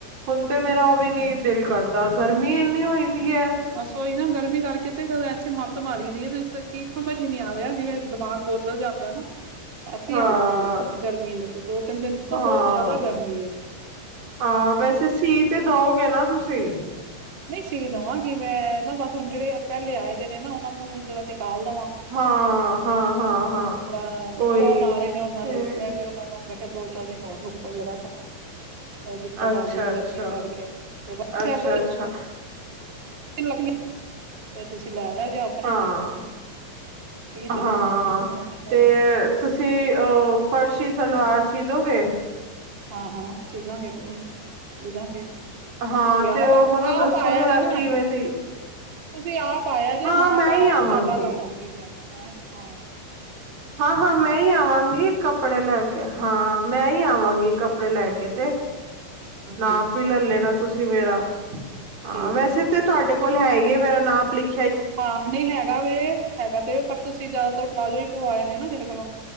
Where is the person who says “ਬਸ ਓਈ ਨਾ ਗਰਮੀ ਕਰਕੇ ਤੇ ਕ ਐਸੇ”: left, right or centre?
Right